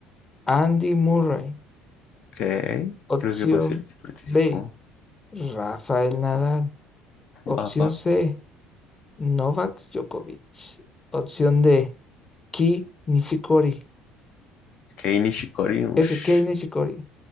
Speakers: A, on the left; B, on the left.
A: Andy Murray.
B: Ok,
A: Opción
B: creo que participó, participó.
A: B, Rafael Nadal. Opción
B: Ah,
A: C. Novak Djokovic. Opción D, Ki Nishikori.
B: Kei Nishikori, ush,
A: S. K. Nishikori.